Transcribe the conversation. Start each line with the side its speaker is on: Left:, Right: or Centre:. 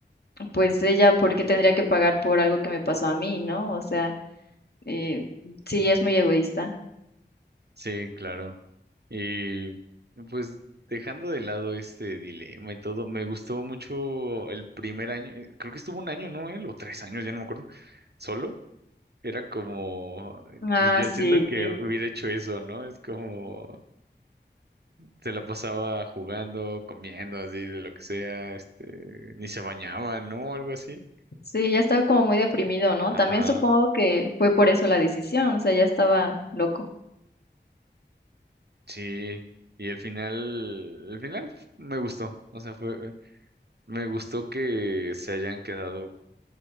Left: pues ella, ¿por qué tendría que pagar por algo que me pasó a mí, ¿no? O sea, eh, sí, es muy egoísta.
Right: Sí, claro. Y pues dejando de lado este dilema y todo, me gustó mucho el primer año, eh, creo que estuvo un año, ¿no? Él, o tres años, ya no me acuerdo, solo. Era como, y
Left: Ah,
Right: yo
Left: sí.
Right: siento que hubiera hecho eso, ¿no? Es como, se la pasaba jugando, comiendo, así, de lo que sea, este, ni se bañaba, ¿no? Algo así.
Left: Sí, ya estaba como muy deprimido, ¿no?
Right: Ajá,
Left: También supongo que fue por eso la decisión, o sea, ya estaba loco.
Right: sí. Y el final, el final me gustó. O sea, fue, me gustó que se hayan quedado